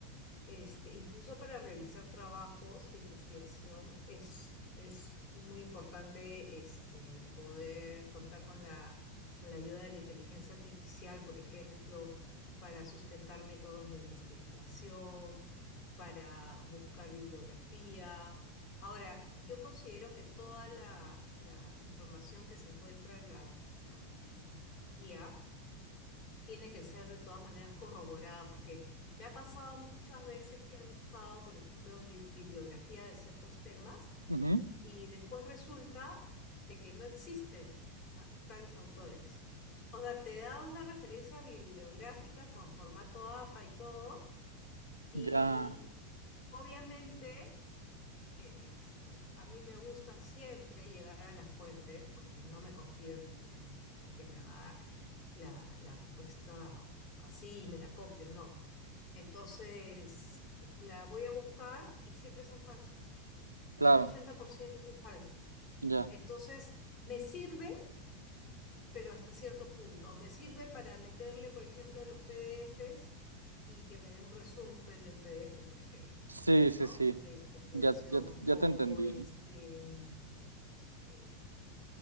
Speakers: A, on the left; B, on the right.
A: Este, incluso para realizar trabajos de investigación es, es muy importante este, poder contar con la, con la ayuda de la inteligencia artificial, por ejemplo, para sustentar métodos de investigación, para buscar bibliografía. Ahora, yo considero que toda la, la información que se encuentra en la, la la IA, tiene que ser de todas maneras corroborada, porque me ha pasado muchas veces que he buscado, por ejemplo, bli- bibliografía de ciertos temas
B: Ujú.
A: y después resulta de que no existen ah, tales autores. O sea, te da una referencia bibliográfica con formato APA y todo, y
B: Ya,
A: obviamente... eh, Este, a mí me gusta siempre llegar a la fuente porque no me confío en en- en que me va a dar la, la respuesta así y me la copio, no. Entonces, la voy a buscar y siempre son falsas.
B: claro,
A: El 80% son falsas.
B: ya.
A: Entonces, me sirve, pero hasta cierto punto. Me sirve para meterle, por ejemplo, los PDFs y que me dé un resumen de un PDF, por ejemplo,
B: Sí, sí,
A: ¿no?
B: sí.
A: De la investigación.
B: Ya, ya, ya
A: O
B: te entendí.
A: este, mm, eh,